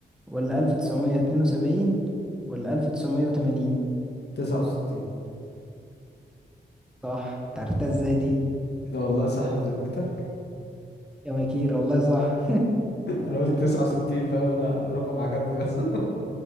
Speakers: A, in the centre; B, on the left (about 60°).
A: ولا ألف تسعمية اتنين وسبعين ولا ألف تسعمية وتمانين
B: 69
A: صح انت عرفتها ازاي دي
B: ده والله صح بذمتك
A: يا مكير والله صح
B: انا قلت 69 فاهم انا الرقم عجبني بس <laughs>